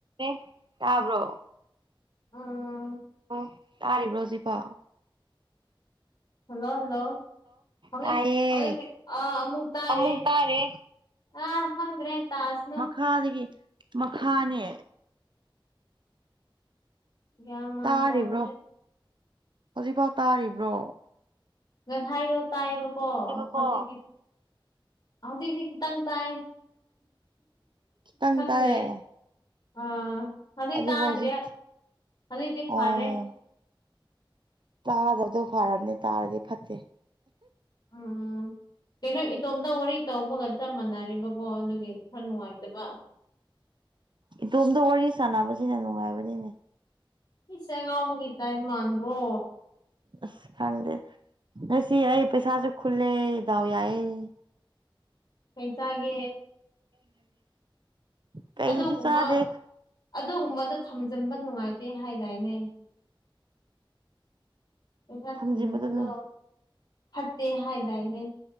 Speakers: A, on the right (about 60°); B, on the left (about 55°).
A: ꯑꯦ ꯇꯥꯕ꯭ꯔꯣ
B: ꯎꯝ
A: ꯑꯣ ꯇꯥꯔꯤꯕ꯭ꯔꯣ ꯍꯧꯖꯤꯛꯐꯥꯎ
B: ꯍꯜꯂꯣ ꯍꯜꯂꯣ ꯍꯧꯖꯤꯛ
A: ꯇꯥꯏꯌꯦ
B: ꯍꯧꯖꯤꯛꯇꯤ ꯑꯥ ꯑꯃꯨꯛ ꯇꯥꯔꯤꯌꯦ
A: ꯑꯃꯨꯛ ꯇꯥꯔꯦ
B: ꯑ ꯈꯪꯗ꯭ꯔꯦ ꯇꯥꯁꯅꯨ
A: ꯃꯥꯗꯒꯤ ꯃꯈꯥꯅꯦ
B: ꯒ꯭ꯌꯥꯟ ꯃꯥꯟ
A: ꯇꯥꯔꯤꯕ꯭ꯔꯣ
B: ꯇꯥꯗ꯭ꯔꯦ
A: ꯍꯧꯖꯤꯛꯐꯥꯎ ꯇꯥꯔꯤꯕ꯭ꯔꯣ
B: ꯉꯁꯥꯏꯗꯣ ꯇꯥꯏꯑꯕꯀꯣ
A: ꯍꯥꯏꯕꯀꯣ
B: ꯍꯧꯖꯤꯛꯇꯤ ꯍꯧꯖꯤꯛꯇꯤ ꯈꯤꯇꯪ ꯇꯥꯏ
A: ꯈꯤꯇꯪ
B: ꯈꯪꯗ꯭ꯔꯦ
A: ꯇꯥꯏꯌꯦ
B: ꯑꯥ ꯍꯧꯖꯤꯛ
A: ꯑꯗꯨꯕꯨ
B: ꯇꯥꯗ꯭ꯔꯦ
A: ꯍꯧꯖꯤꯛꯇꯤ
B: ꯍꯧꯖꯤꯛꯇꯤ
A: ꯑꯣ
B: ꯐꯔꯦ
A: ꯇꯥꯗꯕꯗꯣ ꯐꯔꯕꯅꯦ ꯇꯥꯔꯗꯤ ꯐꯠꯇꯦ
B: ꯎꯝ ꯀꯩꯅꯣ ꯏꯇꯣꯝꯇ ꯋꯥꯔꯤ ꯇꯧꯕꯒ ꯆꯞ ꯃꯥꯟꯅꯔꯦꯕ ꯑꯣ ꯑꯗꯨꯒꯤ ꯈꯔ ꯅꯨꯡꯉꯥꯏꯇꯕ
A: ꯏꯇꯣꯝꯗ ꯋꯥꯔꯤ ꯁꯥꯟꯅꯕꯁꯤꯅ ꯅꯨꯡꯉꯥꯏꯕꯅꯤꯅꯦ
B: ꯏꯁ ꯉꯥꯎꯕꯒꯤ ꯇꯥꯏꯞ ꯃꯥꯟꯗ꯭ꯔꯣ
A: ꯑꯁ ꯈꯪꯗꯦ ꯉꯁꯤ ꯑꯩ ꯄꯩꯁꯥꯁꯨ ꯈꯨꯜꯂꯦ ꯗꯥꯎ ꯌꯥꯏꯌꯦ
B: ꯀꯩ ꯆꯥꯒꯦ
A: <inaudible> ꯀꯩꯁꯨ
B: ꯑꯗꯨꯒꯨꯝꯕ
A: ꯆꯥꯗꯦ
B: ꯑꯗꯨꯒꯨꯝꯕꯗꯣ ꯊꯝꯖꯟꯕ ꯅꯨꯡꯉꯥꯏꯇꯦ ꯍꯥꯏꯗꯥꯏꯅꯦ ꯄꯩꯁꯥ
A: ꯊꯝꯖꯤꯟꯕꯗꯨꯅ
B: ꯊꯝꯖꯟꯕꯗꯣ ꯐꯠꯇꯦ ꯍꯥꯏꯗꯥꯏꯅꯦ